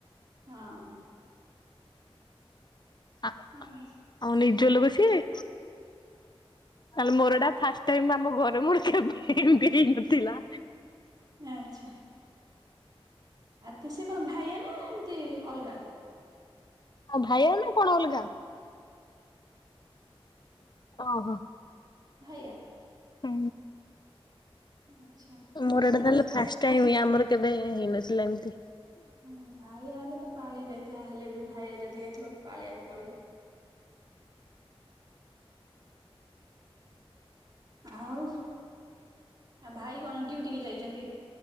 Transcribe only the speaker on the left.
ଆ
ଆଉ ନିଜ ଲୋକ ସିଏ? ତାହେଲେ ମୋର ଏଇଟା ଫାଷ୍ଟ୍ ଟାଇମ୍ ଆମ ଘରେ ମୋର କେବେ ଏମତି ହେଇନଥିଲା।
ଆଉ ଭାଇଆ ନା କଣ ଅଲଗା? ଓହୋ।
ହୁଁ।
ମୋର
ଏଇଟା ତାହେଲେ
ଫାଷ୍ଟ
ଟାଇମ, ଆମର କେବେ ହେଇନଥିଲା ଏମତି।